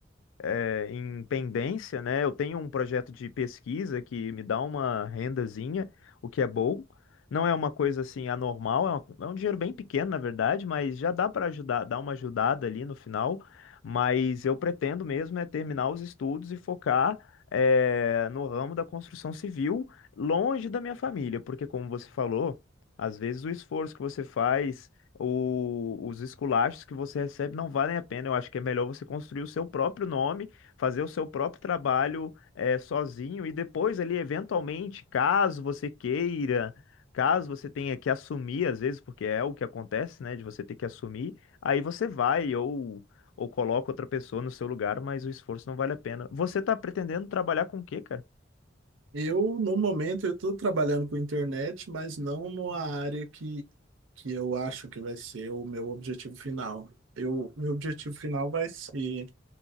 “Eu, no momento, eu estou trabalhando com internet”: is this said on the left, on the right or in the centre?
Right